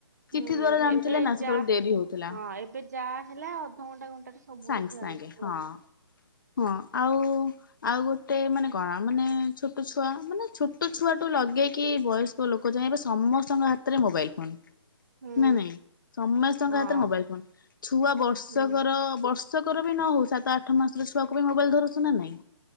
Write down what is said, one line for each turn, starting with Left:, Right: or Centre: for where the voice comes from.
Left: ଚିଠି
Right: ହୁଁ
Left: ଦଵାରା ଜାଣିୁଥିଲେ
Right: ଏବେ
Left: ନା ସେତେବେଳେ
Right: ଯା
Left: ଡେରି ହଉଥିଲା
Right: ହଁ ଏବେ ଯାହା ହେଲା ଅଧଘଣ୍ଟା ଘଣ୍ଟାରେ ସବୁ
Left: ସାଙ୍ଗେ
Right: ଲୋକ ଜାଣି
Left: ସାଙ୍ଗେ ହଁ ହଁ ଆଉ। ଆଉ ଗୋଟେ ମାନେ କଣ ମାନେ ଛୋଟ ଛୁଆ ମାନେ ଛୋଟ। ଛୁଆ ଟୁ ଲଗେଇକି ବୟସ୍କ ଲୋକ ଯାଏ ଏବେ ସମସ୍ତଙ୍କ ହାତରେ ମୋବାଇଲ ଫୋନ
Right: ହୁଁ
Left: ନାଇ ନାଇଁ ସମସ୍ତଙ୍କ
Right: ହଁ
Left: ହାତରେ ମୋବାଇଲ ଫୋନ ଛୁଆ ବର୍ଷକର
Right: ହୁଁ
Left: ବର୍ଷ ବର୍ଷକର ବି ନ ହଉ ସାତ ଆଠ ମାସରେ ଛୁଆକୁ ବି ମୋବାଇଲ ଧରସୁ ନା ନାଇଁ